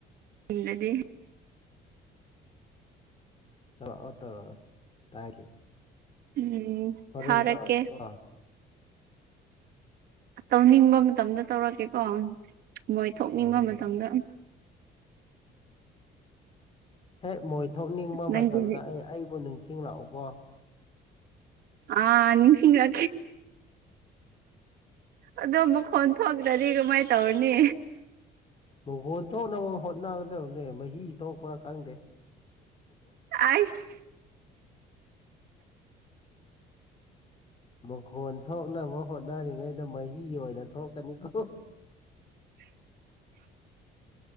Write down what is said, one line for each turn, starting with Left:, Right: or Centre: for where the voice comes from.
Right: ꯎꯗꯗꯤ
Left: ꯇꯧꯔꯛꯑꯣ ꯇꯧꯔꯛꯑꯣ ꯇꯒꯦ
Right: ꯎꯝ
Left: ꯍꯣꯔꯦꯟ
Right: ꯊꯥꯔꯛꯀꯦ
Left: ꯇꯧꯔꯛꯑꯣꯀꯣ
Right: ꯇꯧꯅꯤꯡꯕ ꯃꯇꯝꯗ ꯇꯧꯔꯛꯀꯦꯀꯣ ꯃꯣꯏ
Left: ꯎꯝ
Right: ꯊꯣꯛꯅꯤꯡꯕ ꯃꯇꯝꯗ ꯑ
Left: ꯍꯦꯛ ꯃꯣꯏ ꯊꯣꯛꯅꯤꯡꯕ
Right: ꯅꯪꯒꯤꯗꯤ
Left: ꯃꯇꯝꯗ ꯑꯩ ꯑꯩꯕꯨ ꯅꯤꯡꯁꯤꯡꯂꯛꯎꯀꯣ
Right: ꯑ ꯅꯤꯡꯁꯤꯡ ꯔꯦ ꯑꯗꯣ ꯃꯈꯣꯟ ꯊꯣꯛꯈ꯭ꯔꯗꯤ ꯀꯃꯥꯏꯅ ꯇꯧꯔꯅꯤ
Left: ꯃꯨꯈꯣꯟ ꯊꯣꯛꯅꯕ ꯍꯣꯠꯅꯒꯗꯕꯅꯦ ꯃꯍꯤ ꯊꯣꯛꯄ꯭ꯔꯥ ꯈꯪꯗꯦ
Right: ꯑꯩꯁ
Left: ꯃꯈꯣꯟ ꯊꯣꯛꯅꯕ ꯍꯣꯠꯅꯔꯤꯉꯩꯗ ꯃꯍꯤ ꯑꯣꯏꯅ ꯊꯣꯛꯀꯅꯤꯀꯣ
Right: ꯎ